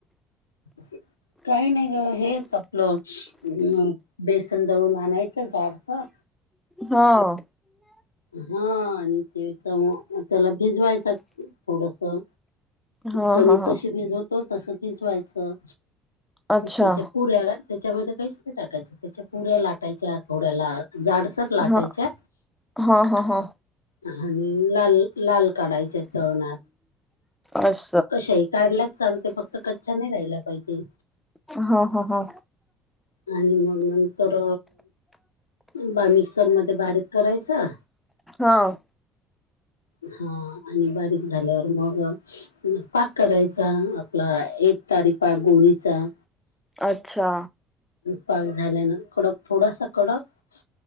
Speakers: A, on the left; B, in the centre.
A: <unintelligible> काही नाही गं हेच आपलं अ बेसन दळून आणायचं जाडसर
B: हां.
A: हा आणि तेच म त्याला भिजवायचा थोडसा.
B: हा
A: कणिक
B: हा हा.
A: कशी भिजवतो तसं भिजवायचं
B: अच्छा.
A: त्याच्या पुऱ्याला त्याच्यामध्ये काहीच नाही टाकायचं त्याच्या पुऱ्या लाटायच्या थोड्याला जाडसर लाटायच्या.
B: हा हा हा हा.
A: आणि लाल लाल काढायच्या तळणात.
B: अश
A: कशा ही काढलाच चालते फक्त कच्चा नाही राहिला पाहिजे.
B: हा हा हा.
A: आणि मग नंतर बा मिक्सरमध्ये बारीक करायचं.
B: हाव.
A: हा आणि बारीक झाल्यावर मग पाक करायचा आपला एक तारी पाक गुळीचा.
B: अच्छा
A: पाक झाल्यान कडक थोडासा कडक